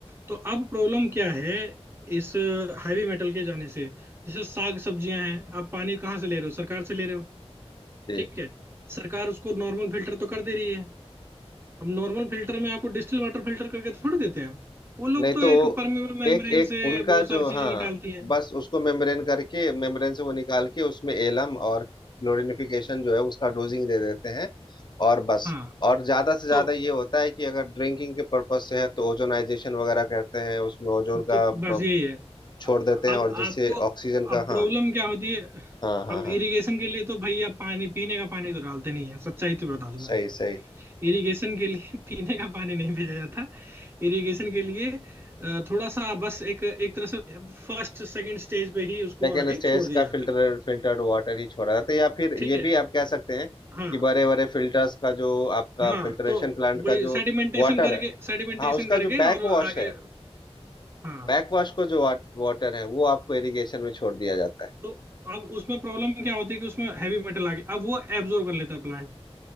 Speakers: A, on the right (about 20°); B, on the left (about 45°).
A: तो अब प्रॉब्लम क्या है इस हैवी मेटल के जाने से जैसे साग सब्जियां हैं आप पानी कहाँ से ले रहे हो सरकार से ले रहे हो
B: जी
A: ठीक है सरकार उसको नॉर्मल फिल्टर तो कर दे रही है अब नॉर्मल फिल्टर में आपको डिस्टिल वाटर फिल्टर करके थोड़ी देते हैं वो लोग
B: नहीं
A: तो
B: तो
A: एक परमेबल मेम्ब्रेन
B: एक एक
A: से
B: उनका
A: बहुत सारी
B: जो
A: चीजें
B: हाँ
A: निकालती हैं
B: बस उसको मेम्ब्रेन करके मेम्ब्रेन से वो निकाल के उसमें एलम और क्लोरिनिफिकेशन जो है उसका डोजिंग दे देते हैं और बस
A: हाँ
B: और ज्यादा से ज्यादा
A: तो
B: ये होता है कि अगर ड्रिंकिंग के पर्पज से है तो ओजोनाइजेशन वगैरह करते हैं उसमें ओजोन का
A: तो
B: ब-
A: बस यही है
B: छोड़ देते हैं
A: अब
B: और जिससे
A: आपको
B: ऑक्सीजन
A: अब
B: का
A: प्रॉब्लम
B: हाँ
A: क्या होती है
B: हाँ हाँ
A: अब
B: हाँ
A: इरिगेशन के लिए तो भैया पानी पीने का पानी तो डालते नहीं है सच्चाई तो बता दूं मैं
B: सही
A: आपको
B: सही
A: इरिगेशन के लिए <laughs> पीने का पानी नहीं भेजा जाता इरिगेशन के लिए अ, थोड़ा सा बस एक एक तरह से फर्स्ट सेकंड स्टेज पे ही उसको
B: सेकेंड
A: आगे
B: स्टेज
A: छोड़ दिया
B: का
A: जाता
B: फिल्टर
A: है
B: फिल्टर्ड वाटर ही छोड़ा जाता है तो या फिर
A: ठीक
B: ये
A: है
B: भी आप कह सकते हैं
A: हाँ
B: कि बड़े बड़े फिल्टर्स का जो आपका
A: हाँ
B: फिल्ट्रेशन
A: तो
B: प्लांट
A: वही
B: का जो
A: सेडिमेंटेशन
B: वाटर
A: करके
B: है
A: सेडिमेंटेशन
B: हाँ उसका
A: करके
B: जो बैक
A: और
B: वॉश
A: आगे
B: है
A: हाँ
B: बैक वॉश को जो वाटर है वो आपको इरिगेशन में छोड़ दिया जाता है
A: तो अब उसमें प्रॉब्लम क्या होती है कि उसमें हैवी मेटल आ गया अब वो एब्जॉर्ब कर लेता है